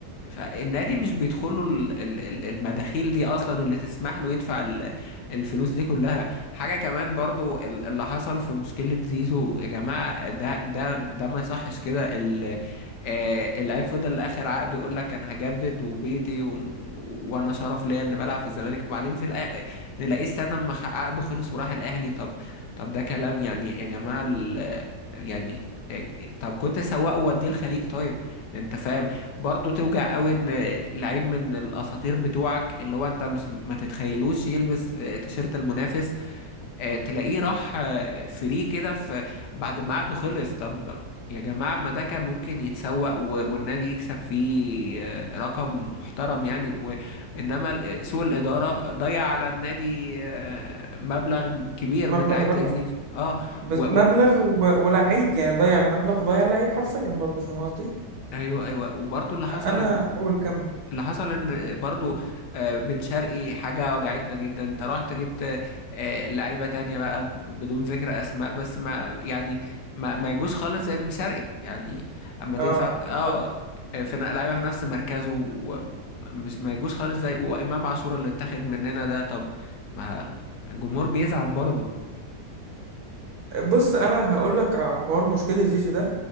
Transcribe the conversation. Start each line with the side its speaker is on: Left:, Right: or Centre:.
Left: فالنادي مش بيدخل له ال- ال- ال- المداخيل دي اصلا اللي تسمح له يدفع ال- الفلوس دي كلها حاجه كمان برضو ال- اللي حصل في مشكله زيزو يا جماعه ده ده ده ما يصحش كده ال- آه، اللعيب فضل لاخر عقده يقول لك انا هجدد وبيتي و... وانا شرف ليا ان بلعب في الزمالك وبعدين في الأ... نلاقيه استنى اما خ- عقده خلص وراح الاهلي طب طب ده كلام يعني يا جماعه ال... يعني آه، طب كنت سواقه ووديه الخليج طيب انت فاهم برضه توجع قوي ان لعيب من الاساطير بتوعك اللي هو انت مش ما تتخيلوش يلبس آه، تيشيرت المنافس آه، تلاقيه راح آه، فري كده في بعد ما عقده خلص طب يا جماعة ما ده كان ممكن يتسوق و- والنادي يكسب فيه آه، رقم محترم يعني و- انما ال- آه، سوء الإدارة ضيع على النادي آه، مبلغ كبير
Right: مبلغ
Left: من لعيب
Right: الرقم
Left: زي زيزو اه
Right: بس
Left: و...
Right: مبلغ
Left: و...
Right: و... ولعيب يعني ضيع المبلغ وضيع اللعيب حرفيا برضه فاهم قصدي
Left: ايوه ايوه وبرضه اللي حصل
Right: انا قول كمل
Left: اللي حصل ان برضو آه، بن شرقي حاجة وجعتنا جدا انت رحت جبت آه، لعيبة تانية بقى ب- بدون ذكر اسماء بس ما يعني ما, ما يجوش خالص زي بن شرقي يعني اما
Right: اه
Left: تدفع اه
Right: بالظبط
Left: آه، في ن- لعيبة في نفس مركزه ومش ما يجوش خالص زي وامام عاشور اللي اتاخد مننا ده طب ما الجمهور بيزعل برضو
Right: بص انا هقول لك على حوار مشكله زيزو ده